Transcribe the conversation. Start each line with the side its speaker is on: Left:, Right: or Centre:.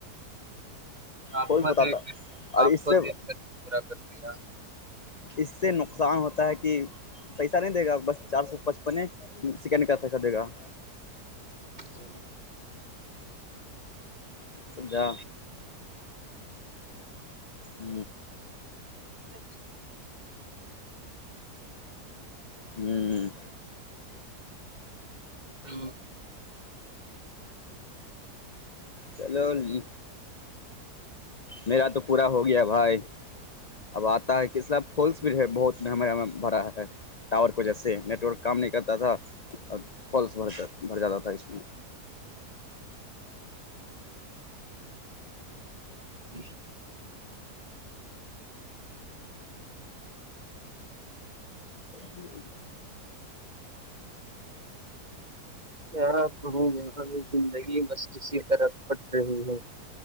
Right: آپ
Left: فالس
Right: کو
Left: بتاتا
Right: دیکھ کر
Left: اور
Right: آپ
Left: اس
Right: کو
Left: سے
Right: دیکھ کر پورا کر دیا
Left: اس سے نقصان ہوتا ہے کہ پیسہ نہیں دے گا بس چار سو پچپنے سیکنڈ کا پیسہ دے گا
Right: <unintelligible>
Left: س جا ہ
Right: اچھا
Left: ہوں
Right: ہ
Left: چلو ہولی میرا تو پورا ہو گیا بھائی اب آتا ہے کہ سب پولس بھی ہے بہت ممے بھرا ہے ٹاور کو و جیس سے نیٹ ورک کام نہیں کرتا تھا اورس بھر جاتا تھا اس میں
Right: جی
Left: جی
Right: کیا کہوں میں ہماری زندگی بس کسی طرح پٹ رہی ہے